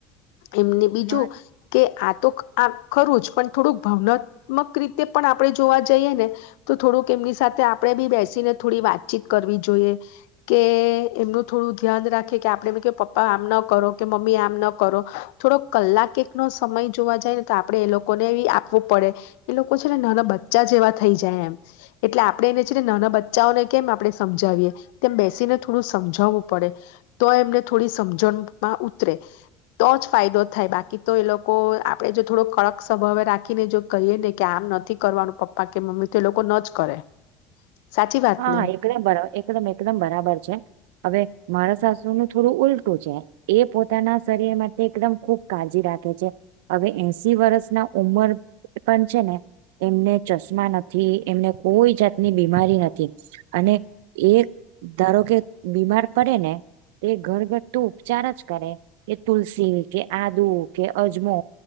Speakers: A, on the left; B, on the right.
A: એમને બીજું,
B: હા
A: કે આ તો આ ખરું જ પણ થોડુંક ભાવનાત્મક રીતે પણ આપણે જોવા જઈએ ને તો થોડુંક એમની સાથે આપણે બી બેસીને થોડી વાતચીત કરવી જોઈએ કે એમનું થોડું ધ્યાન રાખીએ કે આપણેે પપ્પા આમ ના કરો કે મમ્મી આમ ના કરો થોડો કલાક એક નો સમય જોવા જાય ને તો આપડે એ લોકોને આપવું પડે એ લોકો છે ને ના બ ચા જેવા થઈ જાય એમ એટલે આપણે એને છેને નાના બચ્ચાઓને કેમ આપણે સમજાવીએ તેમ બેસીને થોડું સમજાવવું પડે. તો એમને થોડી સમજણમાં ઉતરે તો જ ફાયદો થાય બાકી તો એ લોકો આપડે જો થોડો કડક સ્વભાવે રાખીને જો કહીએ ને કે આમ નથી કરવાનું. પપ્પા કે મમ્મી તો એ લોકો ન જ કરે. સાચી વાત
B: હા
A: ને
B: એકદમરા એકદમ એકદમ બરાબર છે હવે મારા સા નું થોડું ઉલટું છે એ પોતાના શરીર માટે એકદમ ખુબ કાળજી રાખે છે. હવે એસી વર્ષ ના ઉમર પણ છે ને એમને ચશ્મા નથી, એમને કોઈ જાતની બીમારી ન અને એ ધારો કે બીમાર પડે ને તે ઘર ઘર તું ઉપચાર જ કરે એ તુલસી કે આદુ કે અજમો